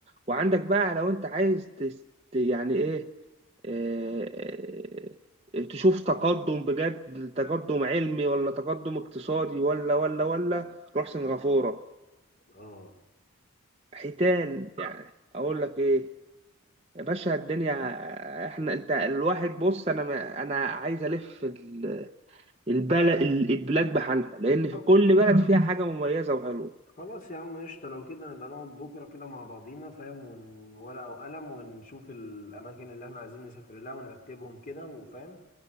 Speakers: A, on the right; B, on the left.
A: وعندك بقى لو انت عايز تس... يعني ايه آه، آه، تشوف تقدم بجد تقدم علمي ولا تقدم اقتصادي ولا ولا ولا روح سنغافورة
B: اه
A: حيتان يعني اقول لك ايه يا باشا الدنيا احنا انت الواحد بص انا ما- انا عايز الف ال- البلد البلاد بحالها لان في
B: لا
A: كل بلد فيها حاجة مميزة وحلوة
B: خلاص يا عم قشطة لو كده نبقى نقعد بكرة كده مع بعضينا فاهم وورقة وقلم ونشوف الأماكن اللي احنا عايزين نسافر لها ونرتبهم كده وفاهم